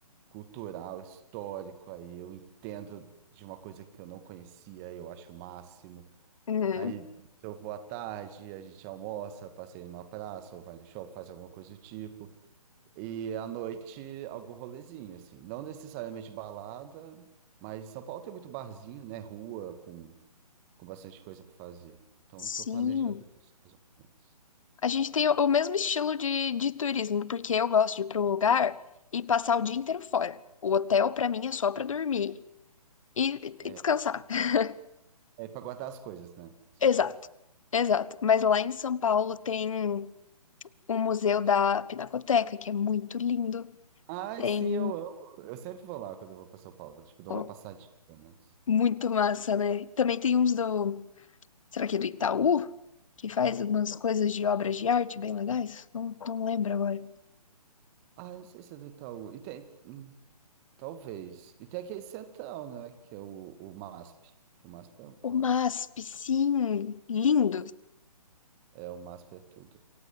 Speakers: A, on the right; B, on the left.
A: cultural, histórico, aí eu entendo de uma coisa que eu não conhecia, eu acho o máximo.
B: uhum.
A: Aí, se eu vou à tarde, a gente almoça, passeia numa praça, ou vai no shopping, faz alguma coisa do tipo. E à noite, algum rolezinho, assim. Não necessariamente balada, mas São Paulo tem muito barzinho, né? Rua, com, com bastante coisa para fazer. Então,
B: Sim.
A: estou planejando isso, mais ou menos.
B: A gente tem o, o mesmo estilo de, de turismo, porque eu gosto de ir para um lugar e passar o dia inteiro fora. O hotel, para mim, é só para dormir e
A: É,
B: e descansar. <laughs>
A: é para guardar as coisas, né? Só
B: Exato,
A: para isso.
B: exato. Mas lá em São Paulo tem. o museu da Pinacoteca, que é muito lindo.
A: Ai,
B: Tem
A: sim, eu amo. Eu sempre vou lá quando eu vou para São Paulo. Tipo, dou
B: ó,
A: uma passadinha, pelo menos.
B: muito massa, né? Também tem uns do, será que é do Itaú? Que faz umas coisas de obras de arte bem legais? Não, não lembro agora.
A: Ah, eu não sei se é do Itaú. E tem. Talvez. E tem aquele centrão, né? Que é o, o MASP. Que o MASP é um clássico.
B: O MASP, sim, lindo.
A: É, o MASP é tudo.